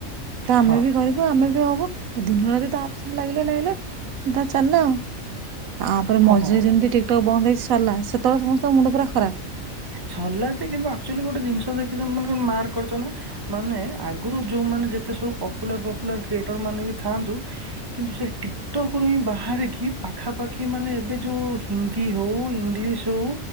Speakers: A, on the right; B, on the right.
A: ତା ଆମେ
B: ହଁ
A: ବି କରିବୁ ଆମେ ବି ହବୁ ତ ଦିନ ରାତି ତ ଆମ ଲାଗିଲେ ଲାଗିଲା ତା ଚାଲିଲା ଆଉ। ତାପରେ
B: ହଁ
A: ମଝିରେ ଯେମିତି ଟିକ୍ ଟକ୍ ବନ୍ଦ ହେଇଛି। ସାରିଲା ସେତବେଳେ ସମସ୍ତ ମୁଣ୍ଡ ପୁରା ଖ
B: ସରିଲା ଯେ କିନ୍ତୁ ଆକ୍ଚୁଆଲି ଗୋଟେ ଜିନିଷ ଦେ କି ମନେ କର ମାର କର କରିଛ ନା। ମାନେ ଆଗରୁ। ଯୋଉମାନୋନ ଯେତେ ସବୁ ପପୁଲାର ପପୁଲାର କ୍ରିଏଟର ମାନେ ବି ଥାନ୍ତୁ କିନ୍ତୁ ସେ ଟିକଟକ ରୁ ହିଁ ବାହାରିକି ପାଖାପାଖି ମାନେ ଏବେ ଯୋଉ ହିନ୍ଦୀ ହଉ ଇଂଲିଶ ହଉ।